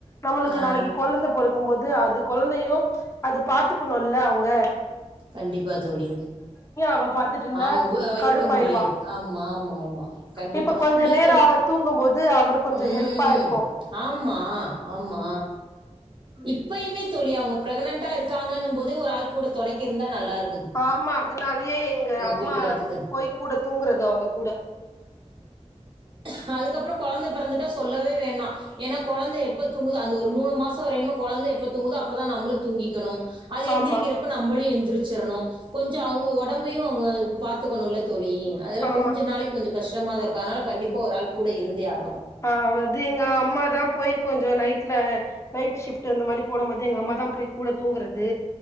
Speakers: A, on the left; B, on the right.
A: நம்மளுக்கு
B: ஆ
A: நாளக்கி கொழந்த பொறக்கும் போ து அது கொழந்தையு அது பாத்துக்குணுல்ல அவுங்க
B: கண்டிப்பா தோழி
A: அவ பாத்துட்டு இருந்தா
B: ஆம் வ்வ
A: கடுப்பாயிருவா
B: இருக்க முடியாது ஆம் ஆம் ஆமா கண்டிப்பா
A: இப்ப கொஞ்ச
B: இல்ல
A: நேரோ
B: தோழி
A: அவ தூங்கும்போது அவர் கொஞ்சோ
B: ம்
A: ஹெல்ப்பா இருக்கு
B: ஆம்மா ஆம்மா இப்பயுமே தோழி அவுங்க பிரெகனென்ட்டா இருக்கா கன்னும் போதே ஒரு ஆள் கூட தொணை கிருந்தா நல்லாரு
A: ஆம்மா அதுனாலியே எங்க அம்மா
B: போயிட்டு வரத்துக்கு
A: போய் கூட தூங்குறது அவுங்க கூட
B: அ அதுக்கப்புறோ கொழந்த பெறந்துட்டா சொல்லவே வேணா ஏனா கொழந்த எப்ப தூங்குதோ அந்து ஒரு மூணு மாசோ வரைல்மே கொழந்த எப்ப தூங்குதோ அப்ப தா நம்புளு தூங்கிக்கணு அது
A: ஆமா
B: எந்திரிக்கிறப்ப நம்ப எந்திரிச்சிரணு கொஞ்சொ அவுங்க ஒடம்பயு அவுங்க பாத்துக்கணுல்ல தொழி அதெல்லா
A: ஆமா
B: கொஞ்ச நாளைக் கொஞ்ச கஷ்டமாதாருக் க அதுனால கண்டிப்பா ஒரு ஆள் கூட இருந்தே ஆ
A: ஆ வது எங்க அம்மா தா போய் கொஞ்சோ நைட்ல நைட் ஷிப்ட் அந்த மாரி போடம் போது எங்க அம்மா தா கூட தூங்குறது